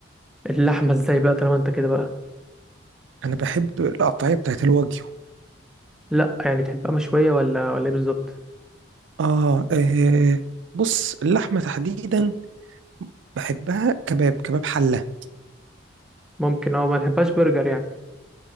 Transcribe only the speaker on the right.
انا بحب القطعيه بتاعت الواجيو
آه, اه بص اللحمه تحديدا بحبها كباب كباب حله